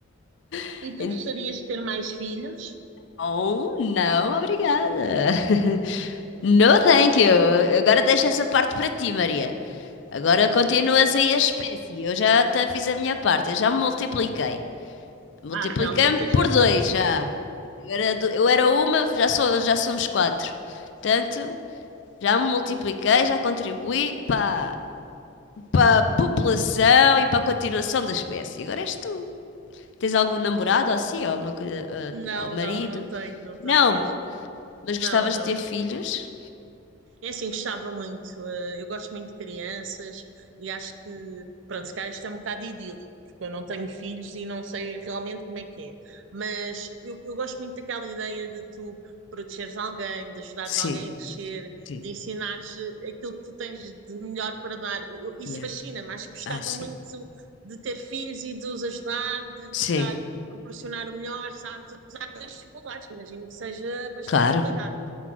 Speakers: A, on the left; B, on the right.
A: <laughs>
B: E tu gostarias de ter mais filhos?
A: Ou não, obrigada. <laughs> No thank you. Agora deixa essa parte para ti, Maria. Agora continuas aí a espécie. Eu já te fiz a minha parte, eu já me multipliquei. Multipliquei-me
B: Ah, realmente tens
A: por
B: razão.
A: dois já.
B: Sim.
A: Eu era, do- eu era uma, já, sou, já somos quatro. Portanto, já me multipliquei, já contribuí para, para a população e para a continuação da espécie. Agora és tu. Tens algum namorado ou assim, ou, uma coisa, eh,
B: Não,
A: ou marido?
B: não, não tenho, não tenho
A: Não.
B: mesmo.
A: Mas
B: Não,
A: gostavas
B: não,
A: de ter
B: não.
A: filhos?
B: É assim, gostava muito. eh, Eu gosto muito de crianças e acho que, pronto, se calhar isto é um bocado idílico, porque eu não tenho filhos e não sei realmente como é que é. Mas eu, eu gosto muito daquela ideia de tu protegeres alguém, de ajudares
A: Sim,
B: alguém a crescer,
A: sim,
B: de ensinares eh, aquilo que tu tens de melhor para dar. Eu- isso
A: yeah.
B: fascina-me. Acho que gostava
A: Ah, sim.
B: muito de ter filhos e de os ajudar, de lhes
A: Sim,
B: dar, proporcionar o melhor, sabes? Apesar das dificuldades, que imagino que seja bastante
A: claro,
B: complicado.